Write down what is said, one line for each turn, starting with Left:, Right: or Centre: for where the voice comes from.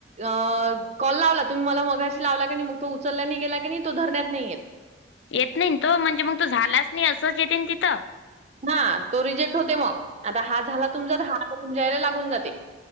Right: अ कॉल लावला तुम्ही मला मगाशी लावला की नाही मग तो उचलल्याने गेला की नाही तो धरण्यात नाहीयेत
Left: येत नाही तो म्हणजे मग तो झालाच नाही असंच येते ना तिथं
Right: ह तो रिजेक्ट होते मग आता हा झाला तुमचा तर हा तुमच्याला लागून जाते